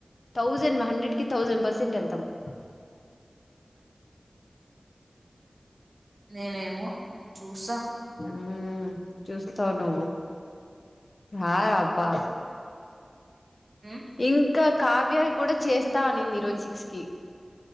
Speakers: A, on the left; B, on the right.
A: థౌజండ్ హండ్రెడ్ కి థౌజండ్ పర్సెంట్ వెళ్తాం త్తము
B: నేనే నేమో చూస్తా
A: ఉమ్ చూస్తావు నువ్వు రాయ్ అబ్బా
B: ఉ
A: ఇంకా కావ్యా కూడా చేస్తా అనింది ఈ రోజు సిక్స్ కి